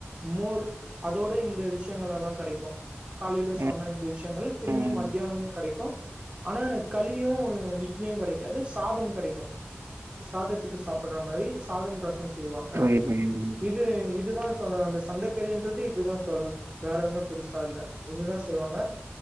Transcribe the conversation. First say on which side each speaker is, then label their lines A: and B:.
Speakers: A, on the right; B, on the right.
A: மோர் அதோட இந்த விஷியங்களலா கெடைக்கு காலைல சொன்ன
B: ம்.
A: இந்த விஷ்யங்கள் திருமியு
B: ம்.
A: மத்யானமு கெடைக்கு ஆனா களியு இட்லியு கெடைக்காது சாதம் கெடைக்கு சாதத்துக்கு சாப்புற மாரி சாதம் ரசோ செய்வாங் க
B: புரியுது, புரியுது, புரியுது.
A: இது இதுதான் சொல்ல வந்த சந்த கறின்றது இதுதான் தோழர் வேற ஒன்னு பெருசா இல்ல இதுதா செய்வாங்க